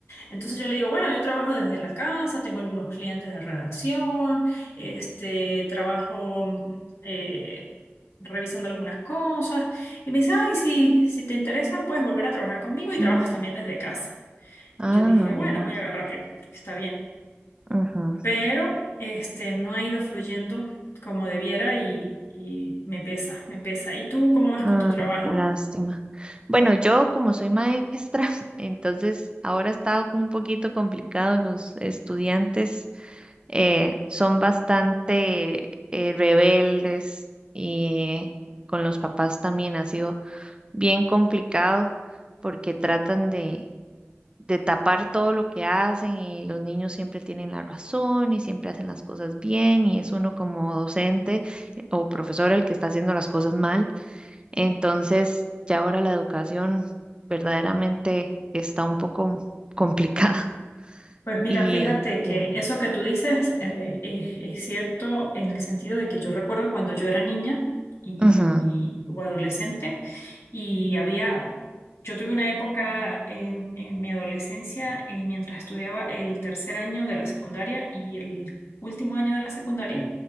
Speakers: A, on the left; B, on the right.
A: Entonces yo le digo, bueno, yo trabajo desde la casa, tengo algunos clientes de redacción, este, trabajo mm, eh, revisando algunas cosas, y me dice, ay, si, si te interesa, puedes volver a trabajar conmigo y
B: Mm.
A: trabajas también desde casa.
B: Ah,
A: Y yo dije, bueno,
B: mira.
A: voy a agarrarlo, porque está bien
B: ujú.
A: pero este, no ha ido fluyendo como debiera y, y me pesa, me pesa. ¿Y tú cómo vas
B: Ay,
A: con tu trabajo?
B: qué lástima. Bueno, yo como soy maestra, <laughs> entonces ahora está un poquito complicado. Los estudiantes eh, son bastante eh, rebeldes y con los papás también ha sido bien complicado porque tratan de de tapar todo lo que hacen y los niños siempre tienen la razón y siempre hacen las cosas bien y es uno como docente eh, o profesor el que está haciendo las cosas mal. Entonces, ya ahora la educación verdaderamente está un poco complicada <laughs>
A: Pues mira,
B: y
A: fíjate que
B: sí.
A: eso que tú dices eh, es, es cierto en el sentido de que yo recuerdo cuando yo era niña y,
B: Ujú,
A: o adolescente y había, yo tuve una época en, en mi adolescencia eh, mientras estudiaba el tercer año de la secundaria y el último año de la secundaria,